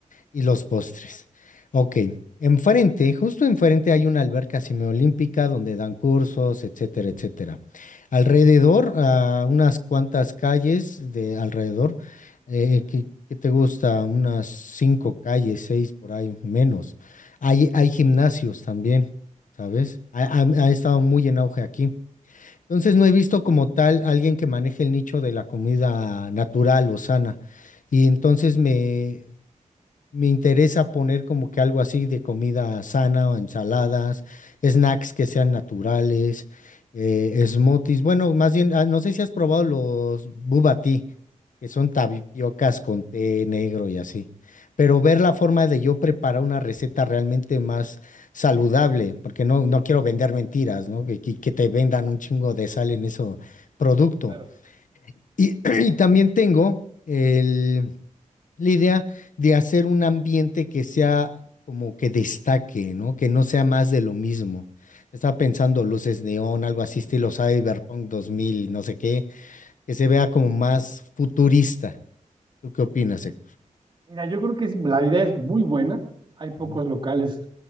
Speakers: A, on the left (about 70°); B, on the right (about 35°).
A: Y los postres. Ok. Enfrente, justo enfrente hay una alberca semiolímpica donde dan cursos, etcétera, etcétera. Alrededor, a unas cuantas calles de alrededor, eh, ¿qué, qué te gusta? Unas cinco calles, seis por ahí, menos. Hay, hay gimnasios también, ¿sabes? Ha, ha- ha estado muy en auge aquí. Entonces no he visto como tal alguien que maneje el nicho de la comida natural o sana. Y entonces me, me interesa poner como que algo así de comida sana o ensaladas, snacks que sean naturales, eh, smoothies. Bueno, más bien, ah, no sé si has probado los boba tea, que son tapiocas con té negro y así. Pero ver la forma de yo preparar una receta realmente más saludable, porque no, no quiero vender mentiras, ¿no? Que, que que te vendan un chingo de sal en ese producto.
B: claro.
A: Y, <clears throat> y también tengo el... La idea de hacer un ambiente que sea como que destaque, ¿no? Que no sea más de lo mismo. Estaba pensando luces neón, algo así estilo Cyberpunk 2000, no sé qué, que se vea como más futurista. ¿Tú qué opinas, Héctor?
B: Mira, yo creo que es- la idea es muy buena. Hay pocos
A: Ujú,
B: locales,